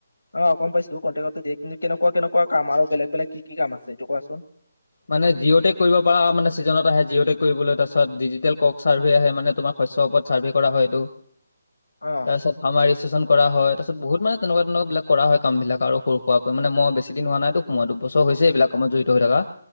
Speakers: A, on the left; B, on the left.
A: অ গম পাইছো কণ্টেকট দিয়ে কিন্তু কেনেকুৱা কেনেকুৱা কাম আৰু বেলেগ বেলেগ কি কি কাম আছে এইটো কোৱাচোন
B: মানে জিঅ'টেক কৰিব পৰা মানে ছিজনত আহে জিঅ'টেক কৰিবলৈ তাৰপাছত ডিজিটেল কক চাৰ্ভে আহে মানে তোমাক শস্যৰ ওপৰত ছাৰ্ভে কৰা হয় এইটো
A: অ
B: তাৰপিছত ফাৰ্মাৰ ৰেজিষ্ট্ৰেশ্যন কৰা হয় তাৰ পাছত বহুত মানে তেনেকোৱা তেনেকোৱা বিলাক কৰা হয় কামবিলাক আৰু সৰু সুৱাকৈ মানে মই বেছি দিন হোৱা নাইটো মই দুবছৰ হৈছে এইবিলাক কামত জড়িত হৈ থাকা